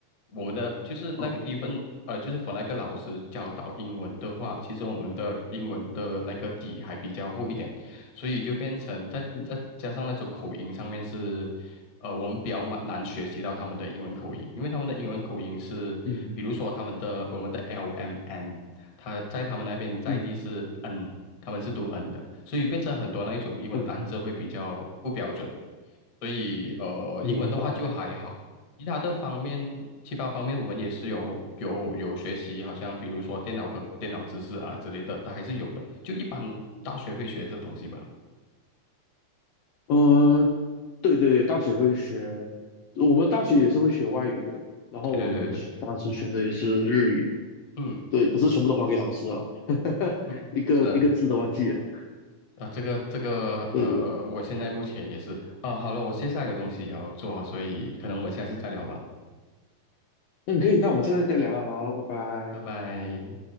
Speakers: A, on the left (about 60°); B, on the left (about 75°).
A: 我们的就是那个一份呃，
B: 哦
A: 就是 for 那个老师教导英文的话，其实我们的英文的那个底还比较厚一点，所以就变成再再加上那种口音上面是呃，
B: 嗯
A: 我们比较蛮难学习到他们的英文口音，因为他们的英文口音是，
B: 嗯
A: 比如说他们的我们的 LMN，他在他们那边在地是
B: 嗯
A: N，他们是读 N 的，所以变成很多那一种英文单字会比较不标准，
B: 嗯。
A: 所以呃，
B: 明白。
A: 英文的话就还好。其他的方面，其他方面我们也是有有有学习，好像比如说电脑课、电脑知识啊之类的，它还是有的。就一般大学会学这东西吧。
B: 嗯，对对对，大学会学，我们大学也是会学外语的，然后我们学当时选的也是日语，
A: 对对对对。嗯
B: 对，可是全部都还给老师啊，<laughs>
A: 嗯，嗯，
B: 一个一个字都忘记了。
A: 是的啊，这个这个呃呃，
B: 对对对，
A: 我现在目前也是啊，好了，我现在有东西也要做，所以可能我们下次再聊吧，
B: 嗯，可以，那我们现在再聊啊好，拜拜。
A: 拜拜。